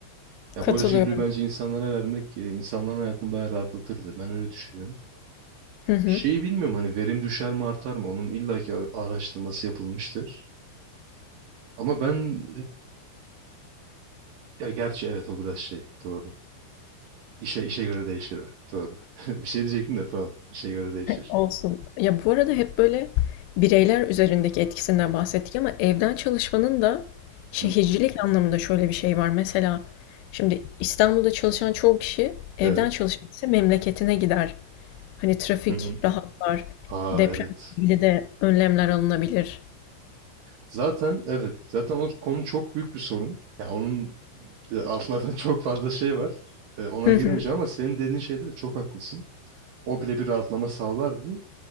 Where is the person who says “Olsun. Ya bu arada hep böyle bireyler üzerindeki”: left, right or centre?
Left